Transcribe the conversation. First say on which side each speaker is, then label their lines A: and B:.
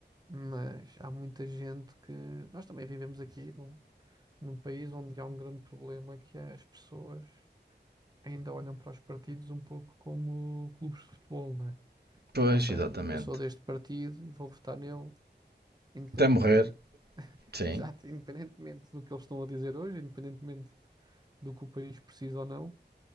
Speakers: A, on the right (about 20°); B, on the right (about 65°).
A: mas há muita gente que. Nós também vivemos aqui num, num país onde há um grande problema que é as pessoas ainda olham para os partidos um pouco como clubes de futebol, né?
B: Pois,
A: Ou seja,
B: exatamente.
A: eu sou deste partido e vou votar nele, independentemente,
B: Até morrer.
A: <laughs>
B: Sim.
A: exato, independentemente do que eles estão a dizer hoje, independentemente do que o país precisa ou não.